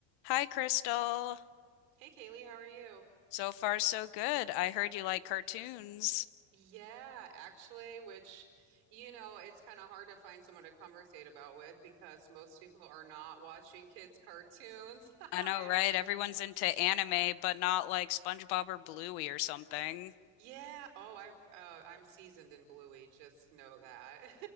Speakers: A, on the left (about 50°); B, on the right (about 90°).
A: Hi, Crystal.
B: Hey Kaylee, how are you?
A: So far, so good. I heard you like cartoons.
B: Yeah, actually, which, you know, it's kind of hard to find someone to conversate about with because most people are not watching kids' cartoons. <laughs>
A: I
B: It-
A: know, right? Everyone's into anime, but not like SpongeBob or Bluey or something.
B: Yeah. Oh, I uh, I'm seasoned in Bluey, just know that.